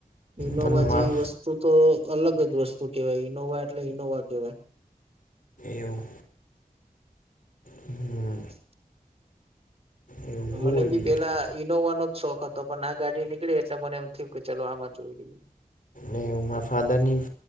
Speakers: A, on the right; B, on the left.
A: ઈનોવા
B: પણ
A: જેવી
B: માર
A: વસ્તુ તો અલગ જ વસ્તુ કેવાય ઈનોવા એટલે ઈનોવા કેવાય
B: એવું હમ
A: <inaudible>
B: એવું
A: મને
B: હોય
A: બી
B: બીજું
A: પેલા
B: ને
A: ઈનોવા નો શોખ હતો પણ આ ગાડી નીકળી એટલે મને એમ થયું કે ચાલ આમાં જોઈ લઈએ
B: એવું મારા ફાધરની